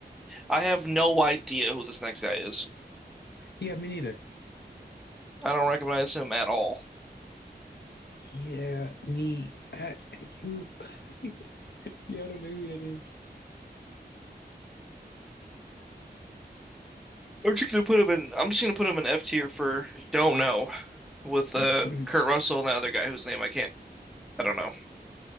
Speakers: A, in the centre; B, on the left (about 75°).
A: I have no idea who this next guy is.
B: Yeah, me neither.
A: I don't recognize him at all.
B: Yeah, me. I, you. <laughs> Yeah, I don't know who that is.
A: I'm just gonna put him in. I'm just gonna put him in F tier for don't know with
B: Mm-hmm.
A: uh Kurt
B: <laughs>
A: Russell and the other guy whose name I can't. I don't know.